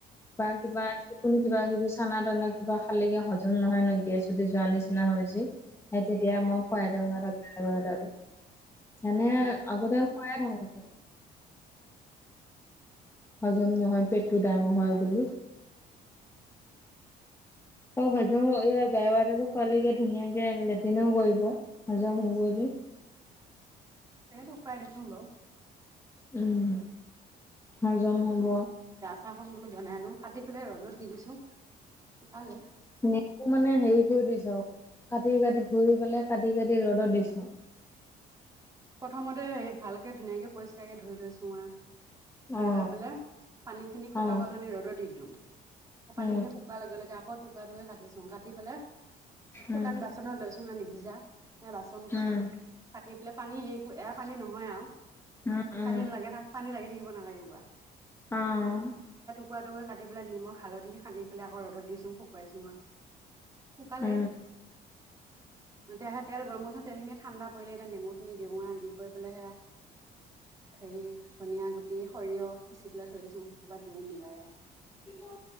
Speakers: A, on the left; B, on the right.
A: বা কিবা কোনো কিবা কিবি চানা তানা কিবা খালেগে হজম নহয় নকিয় যদি যোৱা নিচিনা নিচিনা হৈ হৈছে সেই তেতিয়া মই
B: উম,
A: খুৱইটেঙা ত যেনে
B: উম,
A: আগতে খুৱে থাকোচোন। হজম নহয় পেটটো ডাঙৰ হয় বুলি। অ, হজম হ এই গে বাতো খোৱালীকে ধুনীয়াকে লেট্ৰনেও কৰিব হজম হ'ব যে।
B: সটো উপ - উপাই দিছো গ
A: উম, হজম হ'ব।
B: চফকণ বোলো বনাই লও কাটি পেলাই ৰ'দত দি দিছো শুকালে
A: নো মানে হেৰি কৰি দি চক <unintelligible> কাটি - কাটি ধুই পেলাই কাটি - কাটি ৰ'দত দিছো।
B: প্ৰথমতে হেৰি ভালকে ধুনীয়াকে পৰিষ্কাৰকে ধৰি লৈছো আ ধৈ
A: অ
B: লৈ পেলাই পানী খিনি শুকাব
A: অ
B: কাৰণে ৰ'দত দি দিলো। পানী
A: উম,
B: খিনি শুকোৱাৰ লগে - লগে আকৌ টুকুৰা টুৰা কাটিছো কাটি পেলাই শুকান
A: উম,
B: বাচনত লৈছো আনি ভিজা এ বাচনটোত
A: উম,
B: কাটি পেলাই পানী হেৰি এয়া পানী নহয় আৰু।
A: উম, উম,
B: পানী লাগে থ পানী লাগি থাকিব নালাগিব।
A: অ',
B: শুকুৱা টুকুৰা কাটি পেল নিখ হালধি সানি পেলাই আকৌ' দত দি শুকুৱাই চোঁ আৰু। শুকালে
A: উম, অ', অ',
B: এতিয়া আহে তেল গৰম হৈছ তেলখিনি ঠাণ্ডা পৰিলে এতিয়া নেমু খিনি দিওৰা দি কৰি পেলাইহে হেৰি ধনীয়া গুট দি সৰিয়হ পিচি পেলাই থৈ দিছো সেই কোবা দিওঁও মিলাই।
A: উ